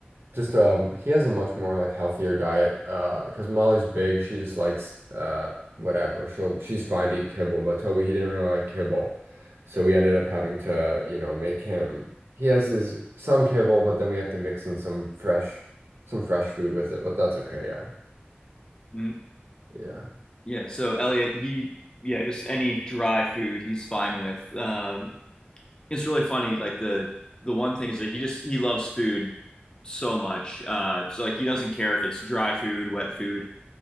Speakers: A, on the right; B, on the left.
A: just um, he has a much more like healthier diet. Uh, because Molly's big, she just likes uh whatever. She'll she's fine to eat kibble, but Toby he didn't really like kibble, so we ended up having to you know make him. He has his some kibble, but then we have to mix in some fresh some fresh food with it. But that's okay. Yeah,
B: Mhm.
A: yeah,
B: Yeah, so Elliot, he yeah, just any dry food he's fine with. Um, it's really funny. Like the the one thing is that he just he loves food so much. Uh, so like he doesn't care if it's dry food, wet food.